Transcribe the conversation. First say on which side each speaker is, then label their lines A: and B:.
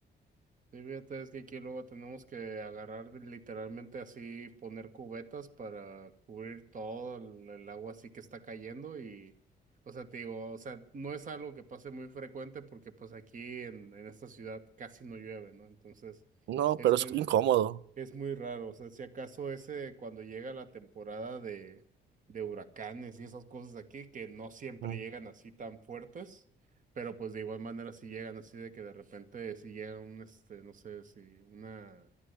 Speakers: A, on the right (about 45°); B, on the right (about 85°).
A: Sí, fíjate, es que aquí luego tenemos que agarrar de- literalmente así, poner cubetas para cubrir todo el, el agua así que está cayendo y, o sea, te digo, o sea, no es algo que pase muy frecuente porque pues aquí en, en esta ciudad casi no llueve, ¿no? Entonces,
B: No,
A: es
B: pero
A: es-
B: es incómodo.
A: es muy raro, o sea, si acaso ese cuando llega la temporada de, de huracanes y esas cosas aquí, que no siempre
B: Ujú,
A: llegan así tan fuertes, pero pues de igual manera si llegan así de que de repente si llega un, este, no sé, si una,